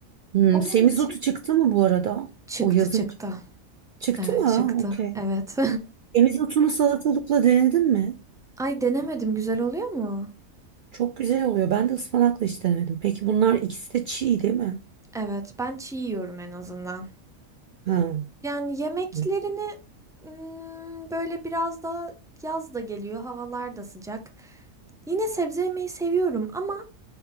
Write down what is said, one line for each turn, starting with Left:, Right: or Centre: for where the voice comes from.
Right: Hmm,
Centre: Onun
Right: semizotu
Centre: için
Right: çıktı mı bu arada?
Centre: çıktı
Right: O yazın
Centre: çıktı.
Right: çıktı
Centre: Evet
Right: mı?
Centre: çıktı.
Right: Ha, Okey.
Centre: Evet.
Right: Semizotunu salatalıkla denedin mi?
Centre: <laughs> Ay denemedim güzel oluyor mu?
Right: Çok güzel oluyor. Ben de ıspanakla hiç denemedim. Peki bunlar ikisi de çiğ değil mi?
Centre: Evet ben çiğ yiyorum en azından.
Right: Ha,
Centre: Yani yemeklerini
Right: Evet.
Centre: hmm, böyle biraz da yaz da geliyor havalar da sıcak. Yine sebze yemeyi seviyorum ama